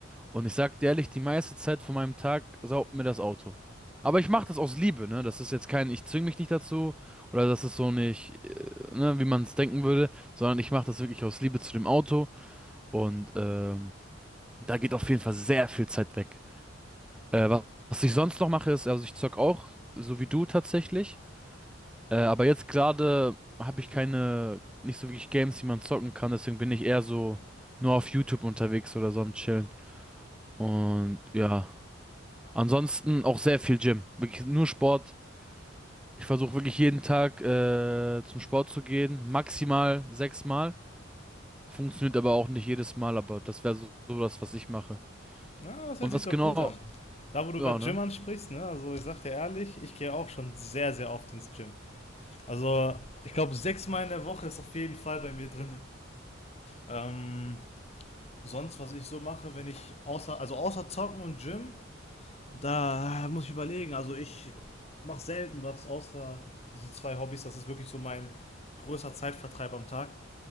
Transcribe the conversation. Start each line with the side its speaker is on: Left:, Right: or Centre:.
Centre: Und ich sag dir ehrlich, die meiste Zeit von meinem Tag saugt mir das Auto. Aber ich mache das aus Liebe, ne? Das ist jetzt kein, ich zwing mich nicht dazu oder das ist so nicht, äh, ne, wie man es denken würde, sondern ich mache das wirklich aus Liebe zu dem Auto und ähm, da geht auf jeden Fall sehr viel Zeit weg. Äh, wa- was ich sonst noch mache, ist, also ich zock auch, so wie du tatsächlich, äh, aber jetzt gerade habe ich keine, nicht so wirklich Games, die man zocken kann, deswegen bin ich eher so nur auf YouTube unterwegs oder so am Chillen. Und ja. Ansonsten auch sehr viel Gym. Wirklich nur Sport. Ich versuche wirklich jeden Tag äh, zum Sport zu gehen. Maximal sechsmal. Funktioniert aber auch nicht jedes Mal, aber das wäre so, so das, was ich mache.
Left: Na, das hört
Centre: Und
Left: sich
Centre: was
Left: doch
Centre: genau,
Left: gut an. Da, wo du
Centre: ja,
Left: gerade Gym
Centre: ne?
Left: ansprichst, ne? Also ich sag dir ehrlich, ich gehe auch schon sehr, sehr oft ins Gym. Also ich glaube, sechsmal in der Woche ist auf jeden Fall bei mir drin. Ähm, sonst, was ich so mache, wenn ich außer, also außer Zocken und Gym, da muss ich überlegen. Also ich mache selten was außer diese zwei Hobbys. Das ist wirklich so mein größter Zeitvertreib am Tag.